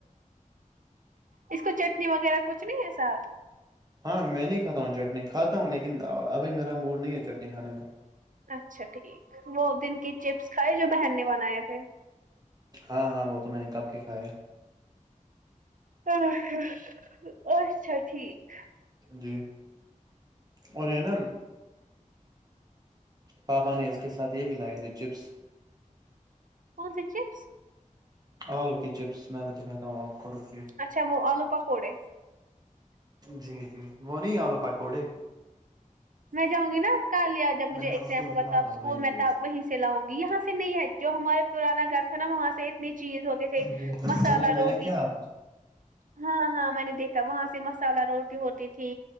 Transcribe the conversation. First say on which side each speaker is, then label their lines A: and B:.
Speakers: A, on the right; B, on the right.
A: اس کو چٹنی وغیرہ کچھ نہیں ہے ساتھ
B: ہاں میں نہیں کھاتا ہوں چٹنی کھاتا ہوں لیکن ابھی میرا موڈ نہیں ہے چٹنی کھانے کا
A: اچھا ٹھیک وہ دن کی چپس کھائے جو بہن نے بنائے تھے
B: ہاں ہاں وہ تو میں نے کب کے کھایا
A: ہاں ہاں اچھا ٹھیک
B: جی اور یہ نا پاپا نے اس کے ساتھ یہ بھی لائے تھے چپس
A: کون سی چپس
B: آلو کی چپس میں ب دکھاتا ہو آپ کو روکے
A: اچھا وہ آلو پکوڑے
B: جی جی وہ نہیں آلو پکوڑے
A: میں جاؤں گی نا کالیا جب مجھے
B: میں آپ
A: ایگزام
B: کو دکھاتا
A: ہوا تب اسکول
B: ہوں وہیں
A: میں
B: پہ
A: تب وہیں سے لاؤں گی یہاں سے نہیں ہے جو ہمارے پرانا گھر تھا نا وہاں سے انی چیز ہوتے تھے
B: جی میں
A: مسالہ
B: نے میں
A: روٹی
B: نے کیا
A: ہاں ہاں میں نے دیکھا وہاں سے مسالہ روٹی ہوتی تھی